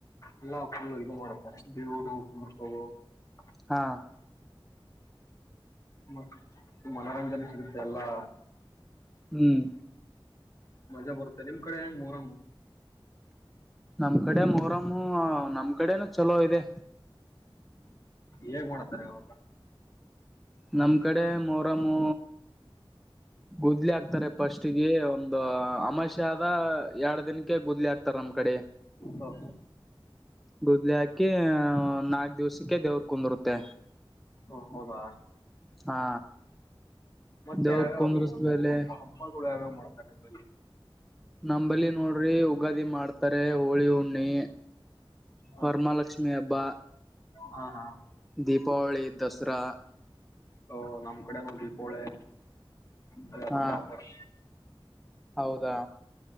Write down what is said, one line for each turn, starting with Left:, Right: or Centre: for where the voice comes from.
Left: ಎಲ್ಲಾ ಫುಲ್ ಇದು ಮಾಡ್ತಾರೆ ದೇವರು <unintelligible>
Centre: ಹಾ
Left: ಮತ್ತ್ ಮನರಂಜನೆ ಸಿಗುತ್ತ್ ಎಲ್ಲಾ
Centre: ಹ್ಮ್
Left: ಮಜಾ ಬರುತ್ತ ನಿಮ್ ಕಡೆ ಹೆಂಗ್ ಮೋಹರಮ್ಮು
Centre: ನಮ್ ಕಡೆ ಮೊರಮ್ಮು ನಮ್ ಕಡೆನು ಚಲೋ ಇದೆ.
Left: ಹೇಗ್ ಮಾಡ್ತಾರೆ ಅವಾಗ
Centre: ನಮ್ ಕಡೆ ಮೋರಮ್ಮು ಗುದ್ಲಿ ಹಾಕ್ತರೆ ಫಸ್ಟ್ ಗೆ ಒಂದು ಅಮಾವಾಸ್ಯೆ ಅದ ಎರಡು ದಿನಕ್ಕೆ ಗುದ್ಲಿ ಹಾಕ್ತಾರ್ ನಮ್ ಕಡೆ.
Left: ಹಾ
Centre: ಗುದ್ಲಿ ಹಾಕಿ ನಾಲ್ಕ್ ದಿವ್ಸಕ್ಕೆ ದೇವ್ರ ಕುಂದ್ರುತ್ತೆ
Left: ಓ ಹೌದಾ
Centre: ಹಾ
Left: ಮತ್ತೆ
Centre: ದೇವ್ರ
Left: ಯಾವ್ಯಾವ
Centre: ಕುಂದ್ರಸ್ಮೇಲೆ
Left: ಹಬ್ಬ ಮಾಡ ಅ ಹಬ್ಬಗಳು ಯಾವ್ಯಾವ ಮಾಡ್ತಾರೆ ನಿಮ್ಮಲ್ಲಿ?
Centre: ನಂಬಲ್ಲಿ ನೋಡ್ರಿ ಯುಗಾದಿ ಮಾಡ್ತಾರೆ ಹೋಳಿ ಹುಣ್ಣಿ
Left: ಹಾ
Centre: ವರಮಹಾಲಕ್ಷ್ಮಿ ಹಬ್ಬ
Left: ಹಾ ಹಾ
Centre: ದೀಪಾವಳಿ ದಸರಾ
Left: ಹ್ಮ್ ನಮ್ಮ್ ಕಡೆನು ದೀಪಾವಳಿ ಅದೆಲ್ಲ
Centre: ಹಾ
Left: ಮಾಡ್ತಾರೆ
Centre: ಹೌದಾ